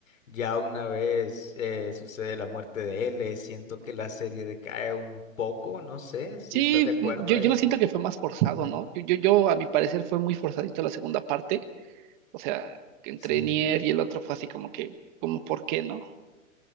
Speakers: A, on the left; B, on the right.
A: Ya una vez eh, sucede la muerte de L, siento que la serie decae un poco, no sé si
B: Sí,
A: estás de acuerdo
B: mm, yo,
A: ahí.
B: yo lo siento que fue más forzado, ¿no? Yo, yo, yo, a mi parecer, fue muy forzadito la segunda parte. O sea, que entre
A: Sí.
B: Nier y el otro fue así como que, como, ¿por qué no?